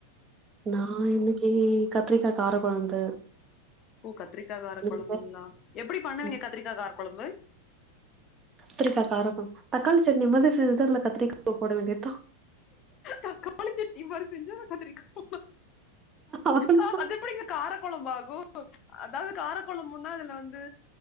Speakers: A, on the right (about 25°); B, on the left (about 35°).
A: நா இன்னைக்கி கத்திரிக்கா கார கொழம்பு
B: ஓ கத்திரிக்கா கார கொழம்புங்ளா
A: நீங்க
B: எப்டி பண்ணுவீங்க
A: ம்.
B: கத்திரிக்கா கார கொழம்பு
A: கத்திரிக்கா கார கொழம்பு தக்காளி சட்னி மாதிரி <unintelligible> கத்திரிக்கா போட வேண்டியதா
B: தக்காளிச்சட்னி மாறி செஞ்சா கத்திரிக்கா போல
A: அவ்ளோதா
B: ஆ அதெப்டிங்க காரக் கொழம்பாகும் அதாவது காரக் கொழம்புன்னா அதுல வந்து